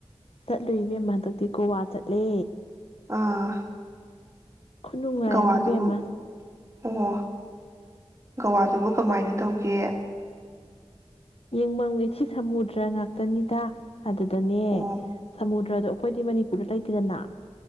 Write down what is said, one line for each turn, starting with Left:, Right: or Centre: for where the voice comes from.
Left: ꯆꯠꯂꯨꯏꯕꯦꯝ ꯍꯟꯗꯛꯇꯤ ꯒꯣꯋꯥ ꯆꯠꯂꯦ
Right: ꯑꯥ
Left: ꯈꯨꯗꯅꯨꯡꯉꯥꯏ
Right: ꯒꯋꯥꯗꯨꯕꯨ
Left: ꯑꯃꯕꯦꯝꯃꯁ
Right: ꯑꯣ ꯒꯋꯥꯗꯨꯕꯨ ꯀꯃꯥꯏꯅ ꯇꯧꯒꯦ
Left: ꯌꯦꯡꯃꯝꯉꯦ ꯁꯤ ꯁꯃꯨꯗ꯭ꯔ ꯉꯥꯛꯇꯅꯤꯗ ꯑꯗꯨꯗꯅꯦꯨ
Right: ꯑꯣ
Left: ꯅꯠꯇ꯭ꯔꯗꯣ ꯑꯩꯈꯣꯏꯗꯤ ꯃꯅꯤꯄꯨꯔꯗ ꯂꯩꯇꯦꯗꯅ